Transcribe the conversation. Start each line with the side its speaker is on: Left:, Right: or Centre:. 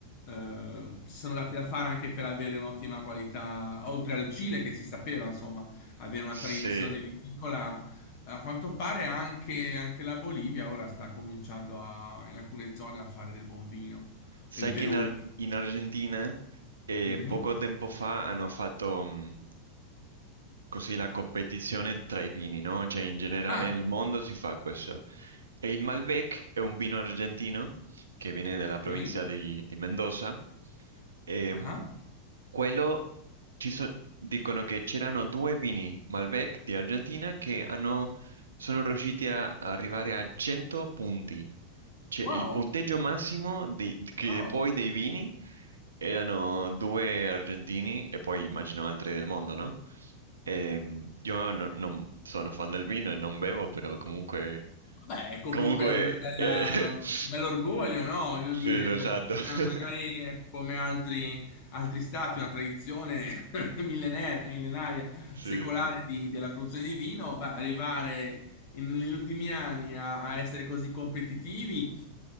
Left: eh, si sono dati da fare anche per avere un'ottima qualità, oltre al Cile che si sapeva, insomma, avere una
Right: sì.
Left: tradizione viticola a quanto pare anche, anche la Bolivia ora sta cominciando a- in alcune zone a fare del buon vino.
Right: Sai
Left: E il Perù.
Right: che in, Ar- in Argentina eh,
Left: Mhm.
Right: poco tempo fa hanno fatto mm, così la competizione tra i vini, no? Cioè in generale
Left: Ah,
Right: nel mondo si fa questo. E il Malbec è un vino argentino che viene dalla provincia
Left: sì?
Right: di, di Mendoza. E,
Left: Ah,
Right: mh,
Left: ah.
Right: quello ci so- dicono che c'erano due vini Malbec di Argentina che hanno- sono riusciti a arrivare a 100 punti. Cioè,
Left: wow,
Right: il punteggio massimo di- che
Left: wow.
Right: poi dei vini erano due argentini e poi immagino altri del mondo, no? Ehm, io no- non sono fan del vino e non bevo, però comunque
Left: Beh, comunque
Right: Comunque,
Left: è una bella,
Right: eh, <laughs>
Left: un bell'orgoglio, no? Voglio
Right: sì,
Left: dire,
Right: esatto.
Left: per chi
Right: <laughs>
Left: non ha magari ecco, come altri, altri stati una tradizione <laughs> millenaria, millenaria,
Right: Sì,
Left: secolare
Right: sì.
Left: di- della produzione di vino, beh, arrivare in- negli ultimi anni a, a essere così competitivi